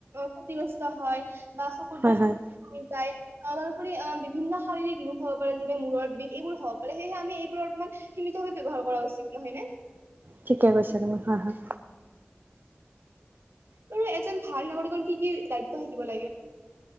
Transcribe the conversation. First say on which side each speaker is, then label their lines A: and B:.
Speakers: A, on the right (about 85°); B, on the right (about 55°).
A: ক্ষতিগ্ৰস্ত হয়। <unintelligible>
B: হয় হয়
A: যায়, তাৰোপৰি আ, বিভিন্ন শাৰীৰিক লোক হ'ব পাৰে যেনে মূৰৰ বিষ এইবোৰ হ'ব পাৰে সেয়েহে আমি এইবোৰ অকমান সীমিতভাৱে ব্যৱহাৰ কৰা উচিত নহয় নে?
B: ঠিকে কৈছা তুমি হয়, হয়।
A: বাৰু এজন ভাল নাগৰিকৰ কি, কি দায়িত্ব থাকিব লাগে?